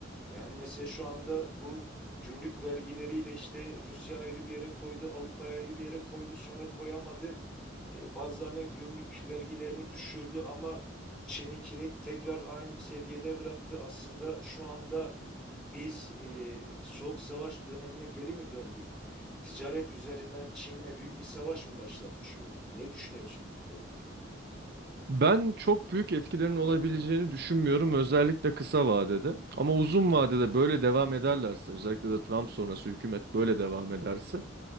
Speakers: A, in the centre; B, on the right.
A: Yani mesela şu anda bu gümrük vergileriyle işte Rusya ayrı bir yere koydu, Avrupa ayrı bir yere koydu, sonra koyamadı. E, Bazılarının gümrük vergilerini düşürdü ama Çin'inkini tekrar aynı seviyede bıraktı. Aslında şu anda biz e, soğuk savaş dönemine geri mi döndük? Ticaret üzerinden Çin'le büyük bir savaş mı başlatmış oldu? Ne düşünüyorsun bununla ilgili?
B: Ben çok büyük etkilerin olabileceğini düşünmüyorum özellikle kısa vadede. Ama uzun vadede böyle devam ederlerse özellikle de Trump sonrası hükümet böyle devam ederse